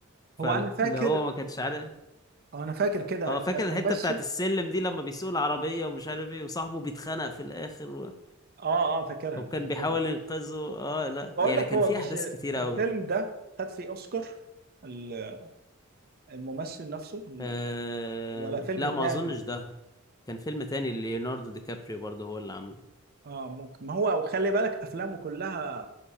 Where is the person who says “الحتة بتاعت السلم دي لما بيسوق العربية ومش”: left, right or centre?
Left